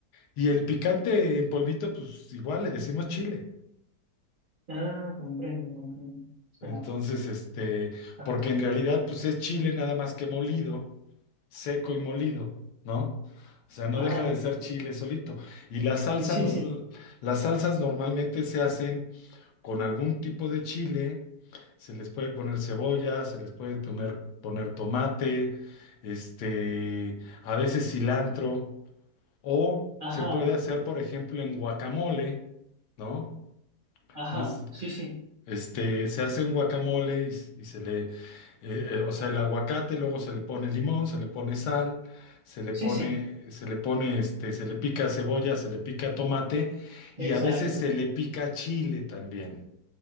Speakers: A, on the left; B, on the right.
A: Y el picante en polvito, pues igual le decimos chile.
B: Ah, comprendo, comprendo. O sea,
A: Entonces, este,
B: ajá,
A: porque en realidad, pues es chile nada más que molido, seco y molido, ¿no? O sea, no
B: ajá.
A: deja de ser chile solito. Y la salsa,
B: Sí,
A: nor-
B: sí.
A: las salsas normalmente se hacen con algún tipo de chile. Se les puede poner cebolla, se les puede tomer- poner tomate, este, a veces cilantro, o
B: Ajá,
A: se puede hacer, por ejemplo, en guacamole, ¿no?
B: ajá.
A: ¿no? Es-
B: Sí, sí.
A: Este, se hace un guacamole y, s- y se le, eh, eh, o sea, el aguacate, luego se le pone limón, se le pone sal, se le
B: Sí,
A: pone,
B: sí.
A: se le pone, este, se le pica cebolla, se le pica tomate y
B: Exacto.
A: a veces se le pica chile también.